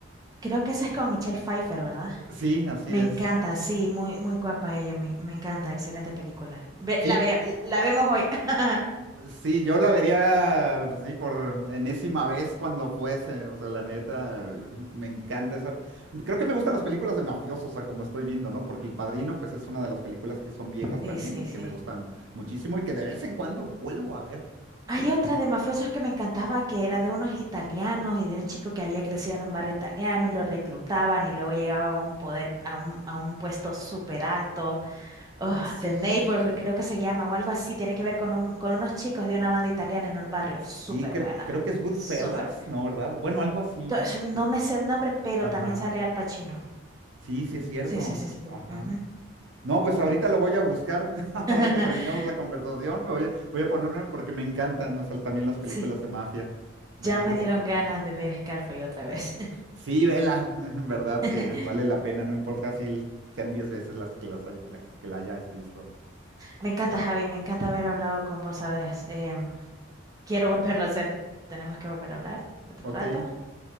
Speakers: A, on the right (about 20°); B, on the right (about 70°).
A: Creo que esa es con Michelle Pfeiffer, ¿verdad?
B: Sí, así
A: Me
B: es.
A: encanta, sí, muy, muy guapa ella, me, me encanta, excelente película. Ve-
B: Sí,
A: la, ve- la vemos hoy. <laughs>
B: sí, yo la vería, pues sí, por enésima vez cuando fuese, o sea, la neta, me encanta esa... Creo que me gustan las películas de mafiosos, a como estoy viendo, ¿no? Porque El Padrino, pues es una de las películas que son viejas
A: Sí,
B: también
A: sí,
B: y
A: sí.
B: que me gustan muchísimo y que de vez en cuando vuelvo a ver.
A: Hay otra de mafiosos que me encantaba que era de unos italianos y de un chico que había crecido en un barrio italiano y lo reclutaban y luego llegaba a un poder, a un, a un puesto súper alto. oh,
B: Ah, sí.
A: The Neighborhood, creo que se llama, o algo así, tiene que ver con, un- con unos chicos de una banda italiana en el barrio.
B: Sí,
A: Súper
B: cre-
A: buena,
B: creo que es Goodfellas,
A: súper.
B: ¿no? ¿Verdad? Bueno, algo así.
A: To- No
B: Sí.
A: me sé el nombre, pero
B: Ajá.
A: también sale Al Pacino.
B: Sí, sí es cierto.
A: Sí, sí, sí, sí. sí.
B: Ajá.
A: Ujú.
B: No, pues ahorita lo voy a buscar. <laughs>
A: <laughs>
B: Ahora que terminemos la conversación, me voy a, voy a ponerme porque me encantan, o sea, también las películas
A: Sí,
B: de mafia, de
A: ya
B: mafias
A: me dieron
B: italianas.
A: ganas de ver Scarface otra vez.
B: Sí, vela, <laughs> en verdad
A: <laughs>
B: que vale la pena, no importa si sean 10 veces las que, las, haya- las que la hayas visto.
A: Me encanta, Javi, me encanta haber hablado con vos, ¿sabes? Em, quiero volverlo a hacer. Tenemos que volver a hablar otro
B: Ok,
A: rato.